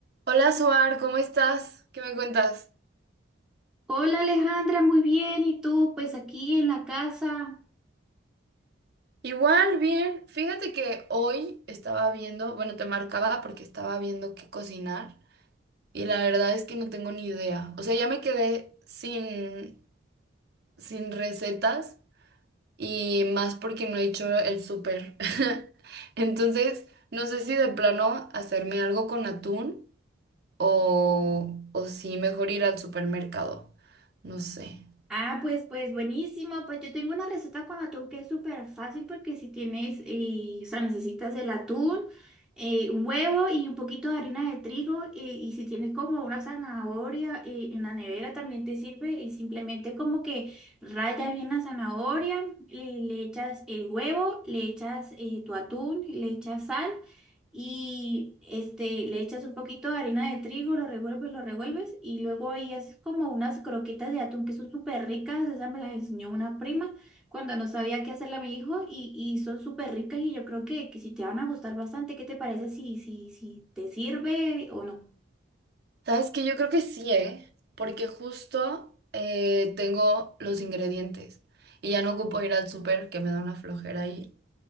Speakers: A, on the right; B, in the centre.
A: Hola, Suar, ¿cómo estás? ¿Qué me cuentas?
B: Hola Alejandra, muy bien. ¿Y tú? Pues aquí en la casa.
A: Igual, bien. Fíjate que hoy estaba viendo, bueno, te marcaba porque estaba viendo qué cocinar y la verdad es que no tengo ni idea. O sea, ya me quedé sin, sin recetas y más porque no he hecho el súper. <laughs> Entonces, no sé si de plano hacerme algo con atún o, o si mejor ir al supermercado. No sé.
B: Ah, pues, pues buenísimo. Pues yo tengo una receta con atún que es súper fácil porque si tienes, eh, o sea, necesitas el atún, eh, un huevo y un poquito de harina de trigo eh, y si tienes como una zanahoria eh, en la nevera también te sirve y simplemente como que raya bien la zanahoria, le, le echas el huevo, le echas eh, tu atún, le echas sal. y este, le echas un poquito de harina de trigo, lo revuelves, lo revuelves y luego ahí haces como unas croquetas de atún que son súper ricas, esas me las enseñó una prima cuando no sabía qué hacerle a mi hijo y, y son súper ricas y yo creo que, que si te van a gustar bastante, ¿qué te parece si, si, si te sirve o no?
A: Sabes que yo creo que sí, ¿eh? Porque justo eh, tengo los ingredientes y ya no ocupo ir al súper que me da una flojera ahí.